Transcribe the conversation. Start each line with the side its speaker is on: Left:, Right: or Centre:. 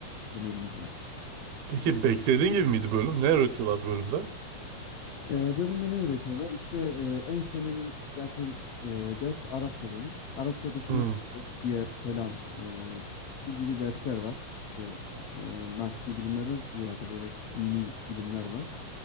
Left: Temelimiz var.
Right: Peki beklediğin gibi miydi bölüm? Ne öğretiyorlardı bölümde?
Left: E, bölümde ne öğretiyorlar? İşte e, en sevmediğim zaten e, ders Arapça benim. Arapça dışında
Right: Hmm.
Left: fıkıh, siyer, kelam e, bu gibi dersler var. İşte e, nakli bilimlerden ziyade böyle dini ilimler var.